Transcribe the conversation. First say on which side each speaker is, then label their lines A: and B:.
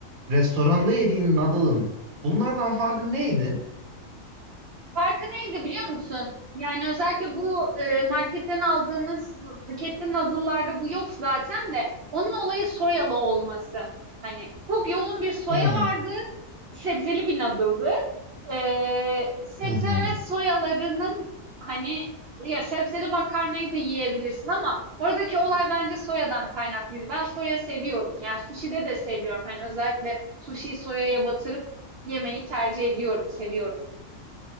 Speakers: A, on the right; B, on the right.
A: restoranda yediğin noodle'ın bunlardan farkı neydi?
B: Farkı neydi biliyor musun? Yani özellikle bu e, marketten aldığımız paketli noodle'larda bu yok zaten de onun olayı soyalı olması. Hani çok yoğun bir soya
A: Hı
B: vardı, sebzeli bir noodle'dı. Ee, sebze
A: hı.
B: ve soyalarının hani ya sebzeli makarnayı da yiyebilirsin ama oradaki olay bence soyadan kaynaklıydı. Ben soya seviyorum. Yani sushi'de de seviyorum. Hani özellikle sushi'yi soyaya batırıp yemeyi tercih ediyorum, seviyorum.